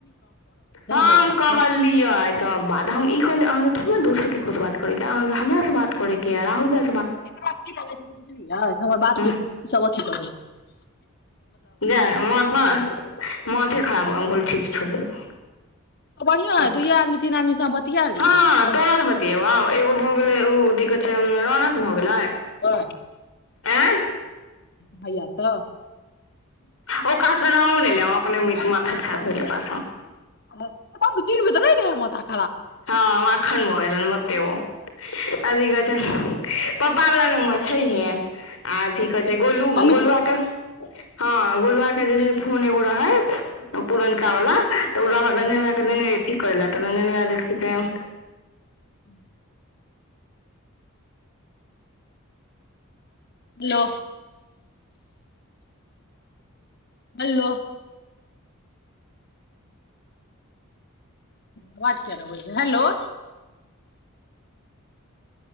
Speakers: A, on the left (about 70°); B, on the left (about 50°).
A: हम
B: अमेरिका
A: कहलिए
B: के
A: सब बात हम ई कहलियै अहाँ के दोसर किछु बात करैहाँ हमर से बात करे है राहुल भैया
B: एकरा की लागेय छय से बझलिए हमर बात
A: हँ
B: सब अथी क दै
A: जा मथा मथे खराब भ हम कहलिये ठीक छै छोड़ दिही
B: तऽ बढ़ियां
A: तब
B: अइ दुइये आदमी तीन आदमी सँ बतिया लिअ
A: हँ
B: घंटा,
A: तोहर बतिएबौ एगो भऽ गेलै ओ अथी कहै छै रौनक भऽ
B: हुनका
A: गेलै
B: चिनहै छि गै
A: एं
B: भइआ तऽ
A: ओ कऽ तऽ नामो नै‌ लेब अपने मिट माथत खा धे पा
B: <unintelligible>
A: हँ माखन भऽ गेलै मथतै ओ अभी कहैतै पप्पा बला नम्बर छैहे आथी कहै छै गोलू
B: मम्मी
A: गोलुआ
B: से बतिया
A: के हँ गोलुआ के जे छै फोन एगो रहै पुरनका वला तऽ ओ रंजन भैआ के देने रहिए ठिक करै लेल तऽ रंजन भैया से
B: <inaudible> हेलो हेलो अवाज किया नै अबय छै हेलो